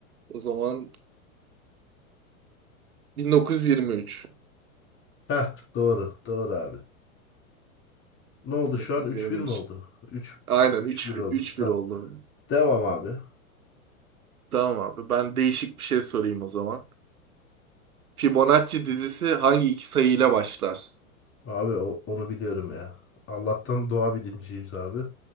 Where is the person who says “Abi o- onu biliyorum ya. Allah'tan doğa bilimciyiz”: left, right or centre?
Left